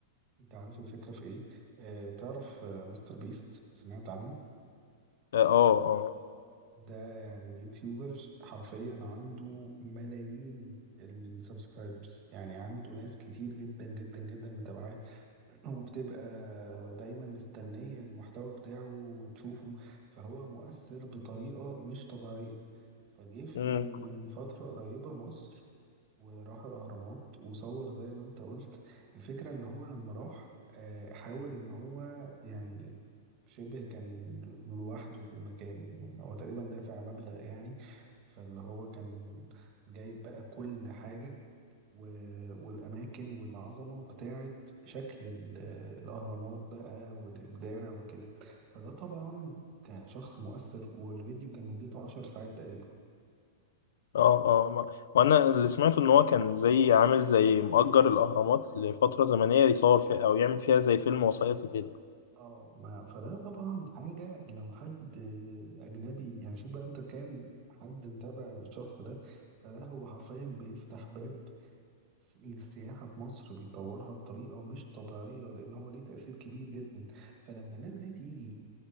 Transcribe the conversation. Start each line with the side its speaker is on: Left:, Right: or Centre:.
Right: انت عارف الفكرة في ايه آه تعرف آه، مستر بيست سمعت عنه
Left: اه اه
Right: ده يعني يوتيوبر حرفيا عنده ملايين السبسكرايبرز يعني عنده ناس كتير جدا جدا جدا متابعاه <clears throat> وبتبقى دايما مستنية المحتوى بتاعه وتشوفه فهو مؤثر بطريقة مش طبيعية فجيف
Left: امم
Right: من من فترة قريبة مصر وراح الأهرامات وصور زي ما انت قلت الفكرة ان هو لما راح آه، حاول ان هو يعني شبه كان لوحده في المكان هو تقريبا دافع مبلغ يعني فاللي هو كان جايب بقى كل حاجة و- والأماكن والعظمة بتاعة شكل ال- الأهرامات بقى والإبداع وكده فده طبعا كشخص مؤثر والفيديو كان مدته عشر ساعات تقريبا
Left: اه اه ما- وانا اللي سمعته ان هو كان زي عامل زي مؤجر الاهرامات لفترة زمنية يصور فيها او يعمل فيها زي فيلم وثائقي كده
Right: اه ما فده طبعا حاجة لو حد أجنبي يعني شوف بقى أنت كام حد متابع الشخص ده فده هو حرفيا بيفتح باب س- للسياحة في مصر بيطورها بطريقة مش طبيعية لأن هو ليه تأثير كبير جدا فلما الناس دي تيجي